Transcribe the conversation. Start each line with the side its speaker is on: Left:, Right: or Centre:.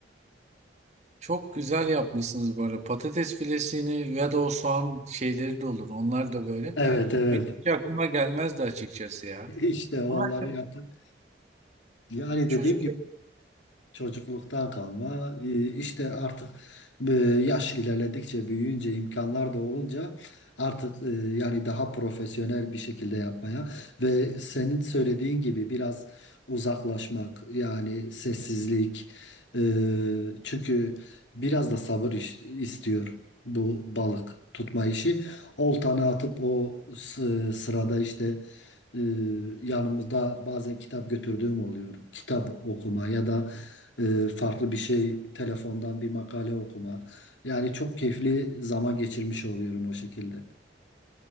Right: Çok güzel yapmışsınız böyle. Patates filesini ya da o soğan şeyleri de olur. Onlar da böyle.
Left: evet evet
Right: Benim hiç aklıma gelmezdi açıkçası ya.
Left: işte onları
Right: Ama evet,
Left: yaptık. Yani
Right: çocuk
Left: dediğim gibi Çocukluktan kalma. e, işte artık e, yaş ilerledikçe, büyüyünce, imkanlar da olunca artık e, yani daha profesyonel bir şekilde yapmaya ve senin söylediğin gibi biraz uzaklaşmak yani sessizlik e, çünkü biraz da sabır iş- istiyor bu balık tutma işi. Oltanı atıp o sı- sırada işte e, yanımızda bazen kitap götürdüğüm oluyor. Kitap okuma ya da e, farklı bir şey telefondan bir makale okuma. Yani çok keyifli zaman geçirmiş oluyorum o şekilde.